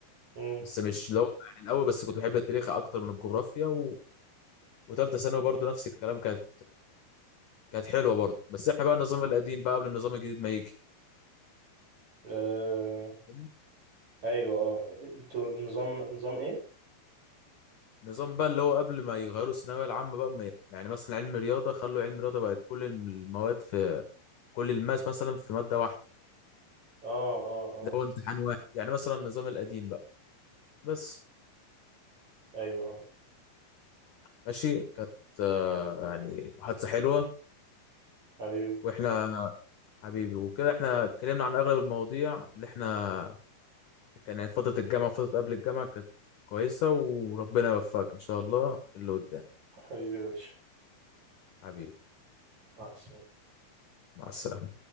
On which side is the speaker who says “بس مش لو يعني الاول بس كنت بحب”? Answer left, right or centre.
Left